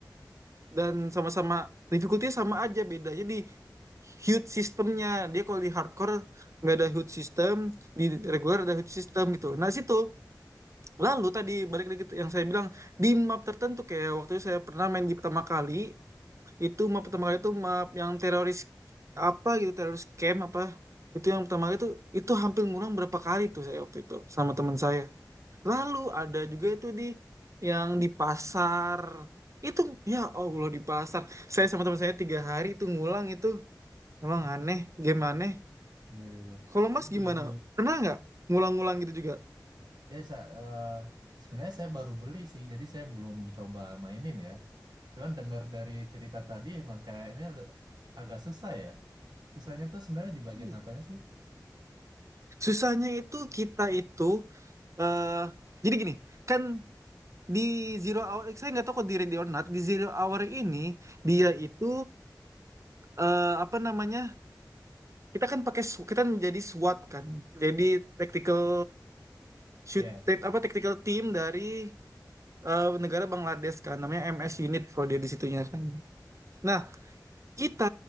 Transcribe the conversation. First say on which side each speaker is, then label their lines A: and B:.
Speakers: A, on the right; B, on the right.
A: dan sama-sama difficulty sama aja bedanya di hud sistemnya dia kalau di hardcore nggak ada hud system di regular ada hud system gitu nah situ lalu tadi balik lagi yang saya bilang di map tertentu kayak waktu itu saya pernah main di pertama kali itu map pertama kali itu map yang teroris apa gitu teroris camp apa itu yang pertama kali itu itu hampir ngurang berapa kali tuh saya waktu itu sama teman saya Lalu ada juga itu di yang di pasar. Itu ya Allah di pasar. Saya sama teman saya tiga hari itu ngulang itu. Emang
B: Oh,
A: aneh, game aneh.
B: ya ya ya.
A: Kalau
B: Saya
A: Mas gimana?
B: baru
A: Pernah nggak ngulang-ngulang gitu juga?
B: Ya, sa eh, sebenarnya saya baru beli sih, jadi saya belum coba mainin ya. Cuman dengar dari cerita tadi, emang kayaknya le- agak susah ya. Susahnya tuh sebenarnya di bagian
A: Hmm.
B: apanya sih?
A: Susahnya itu kita itu eh jadi gini, kan di Zero Hour eh, saya nggak tahu kok di Ready or Not, di Zero Hour ini dia itu eh apa namanya? Kita kan pakai SW- kita menjadi SWAT kan. Jadi tactical shoot
B: Ya,
A: apa tactical team dari eh, negara Bangladesh kan namanya MS Unit kalau dia di situnya kan. Nah, kita